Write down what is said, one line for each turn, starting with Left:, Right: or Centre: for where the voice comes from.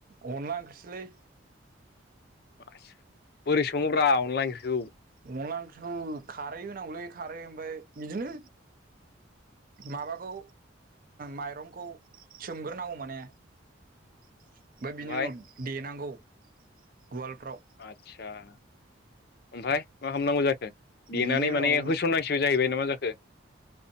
Right: अनला ओंख्रिसोलै
Left: आस्सा बोरै सङोब्रा अनला ओंख्रिखौ
Right: अनदला ओंख्रिखौ खारै होनांगौलै खारै ओमफ्राय बिदिनो माबाखौ माइरंखौ सोमग्रोनांगौ माने
Left: <inaudible>
Right: ओमफ्राय बिनि
Left: ओमफाय
Right: उनाव देनांगौ उवालफ्राव
Left: आदसा ओमफ्राय मा खालामामनांगौ जाखो देनानै
Right: बिनि उनाव
Left: माने होसननांसिगौ जाहैबाय नामा जाखो